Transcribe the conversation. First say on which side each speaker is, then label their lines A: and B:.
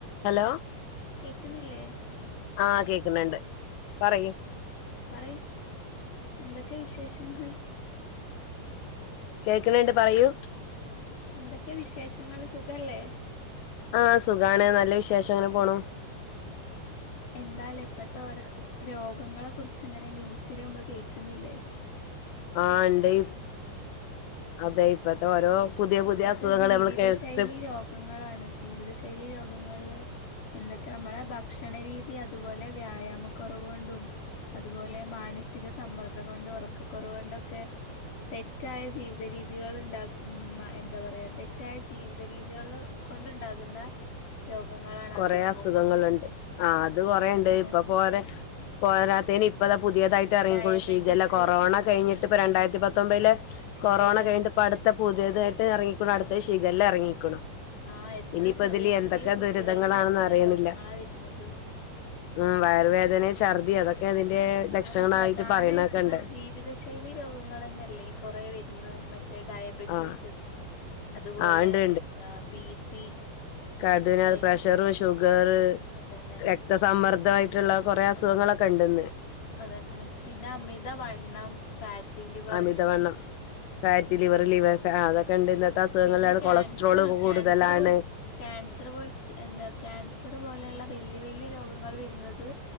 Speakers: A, on the left; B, on the left.
A: Hello
B: കേക്കുന്നില്ലേ
A: ആഹ് കേക്കുന്നുണ്ട് പറയൂ
B: പറൈ എന്തൊക്കെയാ വിശേഷങ്ങള്
A: കേക്കണണ്ട് പറയൂ
B: എന്തൊക്കെ വിശേഷങ്ങൾ സുഖല്ലേ
A: ആഹ് സുഖാണ് നല്ല വിശേഷം അങ്ങനെ പോണൂ
B: എന്താലെ ഇപ്പത്തെ ഓരോ രോഗങ്ങളെ കുറിച്ച് ഇങ്ങനെ ന്യൂസില് നമ്മള് കേൾക്കുന്നില്ലേ
A: ആഹ് ഇണ്ടയ് അതെ ഇപ്പത്തെ ഓരോ പുതിയ
B: ഇപ്പത്തെ
A: പുതിയ അസുഖങ്ങള്
B: ജീവിതശൈലി
A: നമ്മള് കേട്ടിട്ട്
B: രോഗങ്ങളാണ് ജീവിത ശൈലി രോഗങ്ങള് എന്തൊക്കെ നമ്മളെ ഭക്ഷണരീതി അതുപോലെ വ്യായാമക്കൊറവ് കൊണ്ടും അതുപോലെ മാനസിക സമ്മർദ്ദം കൊണ്ട് ഒറക്കക്കൊറവ് കൊണ്ടൊക്കെ തെറ്റായ ജീവിത രീതികൾ ഇണ്ടാക്കുന്ന എന്താ പറയാ തെറ്റായ ജീവിത രീതികൾ കൊണ്ടുണ്ടാകുന്ന രോഗങ്ങളാണ്
A: കൊറേ
B: അധികവും
A: അസുഖങ്ങള്ണ്ട് ആഹ് അത് കൊറേണ്ട്
B: അതന്നെ
A: ഇപ്പൊ പോരെ പോരാത്തേന് ഇപ്പതാ പുതിയതായിട്ട് എറങ്ങിക്ക്ണു
B: ഡയബറ്റിസ്
A: ശീകല്ല കൊറോണ
B: ആഹ്
A: കഴിഞ്ഞിട്ട് ഇപ്പ രണ്ടായിരത്തി പത്തൊമ്പതിലെ
B: ഷിഗല്ല
A: കൊറോണ കഴി അപ്പ അടുത്ത പുതിയതായിട്ട് എറങ്ങിക്ക്ണു അടുത്ത ശിഖല്ല എറങ്ങിക്കണു.
B: ആഹ് എത്ര
A: ഇനിയിപ്പോ
B: ചെറിയ
A: ഇതില് എന്തൊക്കാ
B: ചെറിയ കുട്ടികൾക്ക്
A: ദൂര ന്താണ്
B: എത്ര
A: എന്ന അറീണില്ല
B: രോഗങ്ങളാ വരുന്നത്
A: അഹ് വയറ് വേദന ഛർദി അതൊക്കെ അതിന്റെ ലക്ഷണായിട്ട്
B: അങ്ങനെ പ്രധാനായിട്ടുള്ള
A: പറയണൊക്കെ ഇണ്ട്
B: ജീവിതശൈലി രോഗങ്ങൾ തന്നെയല്ലേ കുറെ വരുന്ന് മറ്റേ ഡയബറ്റീസ്
A: ആഹ്
B: അതുപോലെ
A: ആഹ് ഇണ്ട്
B: എന്താ ബി പി
A: കട
B: ഹൈ
A: പ്രഷറ് ഷുഗർ
B: അതന്നെ
A: രക്ത സമ്മർദ്ദമായിട്ടുള്ള കൊറെ അസുഖങ്ങളൊക്കെ ഇണ്ട്ന്ന്.
B: അതന്നെ പിന്നെ അമിതവണ്ണം. ഫാറ്റി ലിവർ
A: അമിതവണ്ണം ഫാറ്റ് ലിവർ ലിവർ അതൊക്കെ ഇണ്ട് ഇന്ന് അസുഖങ്ങളിലാണ്
B: പിന്നെ ക്യാൻസർ
A: കൊളസ്ട്രോൾ കൂടുതലാണ്.
B: ക്യാൻസർ പോയി ക്യാൻസർ പോയിട്ട് എന്താ ക്യാൻസർ പോലെയുള്ള വല്യ വല്യ രോഗങ്ങൾ വരുന്നത്